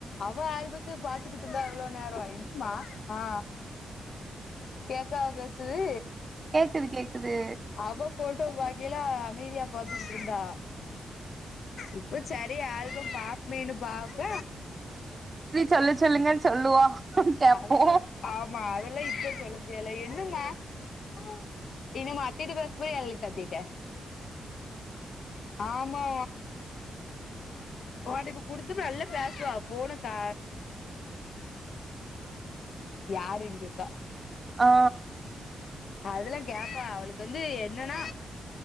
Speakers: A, on the left (about 65°); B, on the right (about 30°).
A: அவ ஆல்பத்த பாத்துக்கிட்ருந்தா அவ்ளோ நேரோ ஆ கேக்கா பேசுது
B: கேக்குது கேக்குது
A: அவ போட்டோ வாங் ல்லா அமைதியா பாத்துக்கிட்ருந்தா இப்ப சரி ஆல்பம் பாப்மேன்னு பாக்க
B: சொல்லு சொல்லுங்கன் சொல்லுவா கேப்போ
A: ஆமா அதெல்லா ஆமா அதெல்லா இப்ப சொல்லத் <unintelligible> இன்னும் மாத்திட்டு பஸ்புரி எல் இட்ட திட்ட ஆமா ஓண்ட்ட இப்ப குடுத்து நல்லா பேசுவா ஃபோன க யாருன்டுக்கா
B: அ அ
A: அதுல்லா கேப்பா அவளுக்கு வந்து என்னன்னா